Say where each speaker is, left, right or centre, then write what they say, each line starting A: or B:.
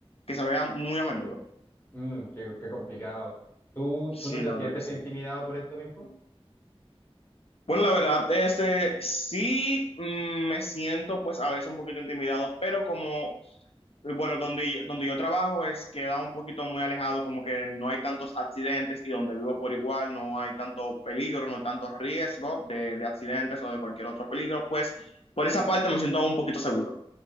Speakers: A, on the left; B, on the left.
A: que se vea muy a menudo.
B: mm, qué, qué complicado. ¿Tú,
A: Sí,
B: tú no te
A: la
B: sientes
A: verdad que sí.
B: intimidado por esto mismo?
A: Bueno, la verdad, este, sí mm, me siento pues a veces un poquito intimidado, pero como Bueno, donde, donde yo trabajo es queda un poquito muy alejado, como que no hay tantos accidentes y donde vivo por igual no hay tanto peligro, no hay tanto riesgo de, de accidentes o de cualquier otro peligro, pues por esa parte me siento un poquito seguro.